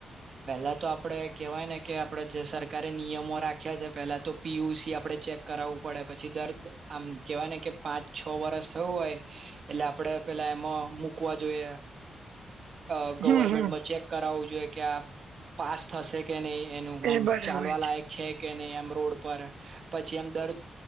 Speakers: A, on the right; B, on the right.
A: પેલા તો આપડે કેહેવાય ને કે આપડે જે સરકારે નિયમો રાખ્યા છે પેલા તો પીયુસી આપડે ચેક કરાવવું પડે પછી દર આમ કેવાય ને કે પાંચ છ વરસ થયું હોય એટલે આપડે પેલા એમાં મુકવા જોઈએ. અ ગવર્મેન્ટમાં
B: હમ હમ
A: ચેક કરાવવું જોઈએ કે આ પાસ થશે કે નહી એનું આમ
B: એ બરાબર
A: ચાલવા લાયક છે કે નહી આમ રોડ પર પછી એમ દર